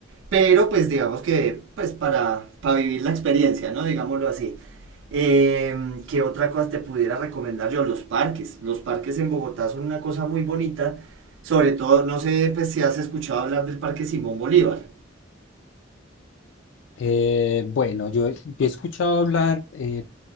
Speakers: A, on the right; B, on the left.
A: pero pues digamos que pues para, para vivir la experiencia, ¿no? Digámoslo así. Eh, ¿Qué otra cosa te pudiera recomendar yo? Los parques. Los parques en Bogotá son una cosa muy bonita. Sobre todo, no sé pues, si has escuchado hablar del Parque Simón Bolívar.
B: Eh, bueno, yo, he yo he escuchado hablar eh,